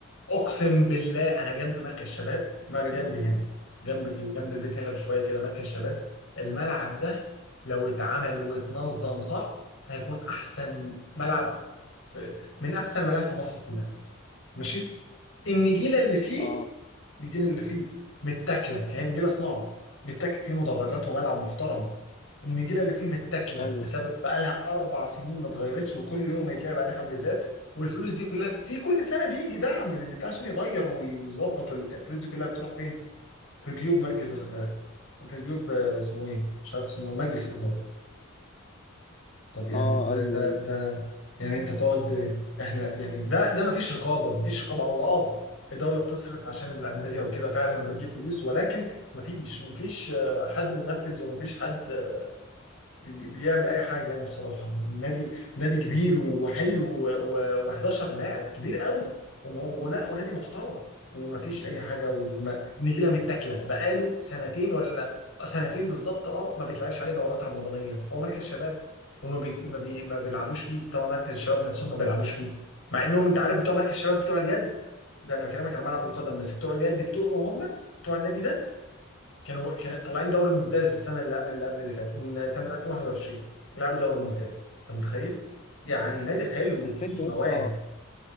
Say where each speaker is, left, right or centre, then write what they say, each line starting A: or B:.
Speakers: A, on the left (about 65°); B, on the left (about 35°).
A: اقسم بالله انا جنب مركز شباب ما جنبي هنا جنب في جنب البيت هنا بشويه كده مركز شباب الملعب ده لو اتعمل واتنظم صح هيكون احسن ملعب في- من احسن الملاعب في مصر كلها ماشي النجيله اللي فيه
B: اه
A: النجيله اللي فيه متاكله كهي نجيله صناعه متاكل فيه مدرجات وملعب
B: اه
A: محترم النجيله اللي فيه متاكله
B: ايوه
A: بسبب بقالها اربع سنين ما اتغيرتش وكل يوم يتلعب عليه حجوزات والفلوس دي كلها في كل سنه بيجي دعم من اللي عشان يغير ويظبط واللي بتاع. الفلوس دي كلها بتروح فين؟ في جيوب مركز الاداره في جيوب آه، اسمه ايه؟ مش عارف اسمه مجلس الاداره طب يعني
B: اه
A: ده
B: ايوه
A: ده
B: ايوه
A: ده يعني انت تقعد احنا يعني ده ده مفيش رقابه مفيش رقابه هو اه الدوله بتصرف عشان الانديه وكده فعلا وبتجيب فلوس ولكن مفيش مفيش آه، حد بينفذ ومفيش حد بي- بيعمل اي حاجه يعني بصراحه نادي نادي كبير وحلو و و11 لاعب كبير قوي وم- ولا ونادي محترم ومفيش اي حاجه والنجيله متاكله بقاله سنتين ولا سنتين بالظبط اه ما بيتلعبش عليه دورات رمضانيه هو مركز شباب وما بي... ما, بي... ما بيلعبوش فيه بتوع مركز الشباب نفسهم ما بيلعبوش فيه مع انهم انت عارف بتوع مركز الشباب بتوع اليد ده انا بكلمك على ملعب القدم بس بتوع اليد بتوعه هم بتوع النادي ده كانوا كان طالعين دوري ممتاز السنه اللي قبل اللي قبل اللي فاتت من سنه 2021 لعبوا دوري ممتاز انت متخيل؟ يعني نادي حلو وفيه
B: الفكره
A: مواهب
B: يا اسطى